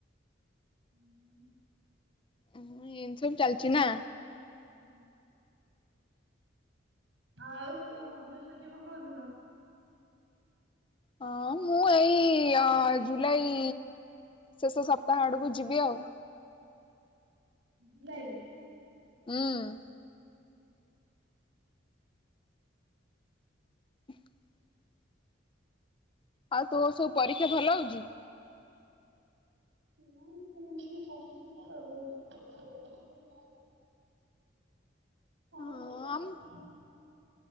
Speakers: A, on the right; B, on the left.
A: ହୁଁ।
B: ଓଁ ଏମିତି ସବୁ ଚାଲିଛି ନା।
A: ହୁଁ। ଆଉ ତୁ ଭୁବନେଶ୍ଵର ଯିବୁ କୋଉଦିନ।
B: ହଁ ମୁଁ ଏଇ ଅ ଜୁଲାଇ ଶେଷ ସପ୍ତାହ ଆଡ଼କୁ ଯିବି ଆଉ।
A: ଜୁଲାଇ।
B: ହୁଁ। <unintelligible> ଆଉ ତୋର ସବୁ ପରୀକ୍ଷା ଭଲ ହଉଛି?
A: ସେ ହଁ ସେମିତି ହଉଛି ତ ଆଉ। ହଉଛି
B: ହଁ
A: କଣ।